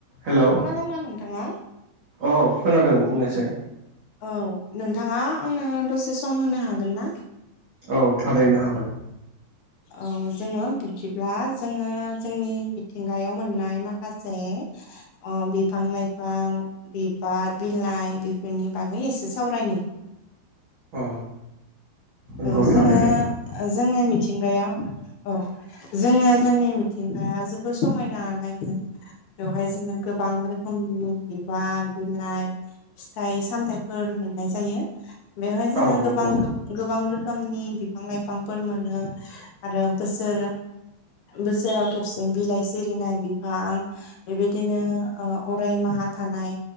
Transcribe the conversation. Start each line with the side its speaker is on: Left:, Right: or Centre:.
Right: Hello
Left: खोनादोंना नोंथाङा?
Right: औ खोनादों बुंनोसै।
Left: औ नोंथांङा आंनो दसे सम होनो हागोन ना?
Right: औ थारैनो हागोन।
Left: औ जोंङो बिब्दिब्ला जोंङो जोंनि मिथिंगायाव मोननाय माखासे अ बिफां - लाइफां बिबार बिलाइ बेफोरनि बागै एसे सावरायनि
Right: औ नंगौ
Left: औ जोंङो
Right: थारैनो
Left: जोंनि मिथिंगायाव औ। जोंङो जोंनि मिथिंगाया जोबोद समायना नायनो। बेवहाय जोंङो गोबां रोखोमनि बिबार बिलाइ फिथाइ सामथायाइफोर मोननाय जायो बेवहाय जोंङो
Right: औ नंगौ
Left: गोबां गोबां रोखोमनि बिफां लाइफांफोर मोनो आरो बोसोर बोसोराव खेबसे बिलाइ सिरिनाय बिफां बेबायदिनो अराय माहा थानाय